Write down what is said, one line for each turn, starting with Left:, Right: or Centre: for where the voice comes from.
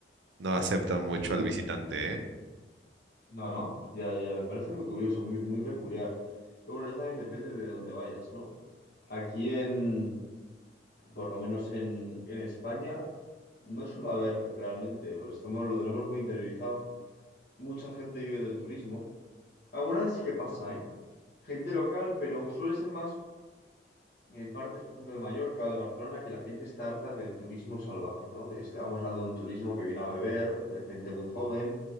Right: no aceptan mucho al visitante, ¿eh?
Left: No, no. Ya, ya, me parece muy curioso, muy, muy peculiar. Pero bueno, eso también depende de dónde vayas, ¿no? Aquí en, por lo menos en, en España, no suele haber realmente, porque estamos, lo tenemos muy interiorizado. Mucha gente vive del turismo. Alguna vez sí que pasa, ¿eh? Gente local, pero suele ser más. en partes, por ejemplo, de Mallorca o de Barcelona, que la gente está harta del turismo salvaje, ¿no? De, estamos hablando de un turismo que viene a beber, de gente muy joven,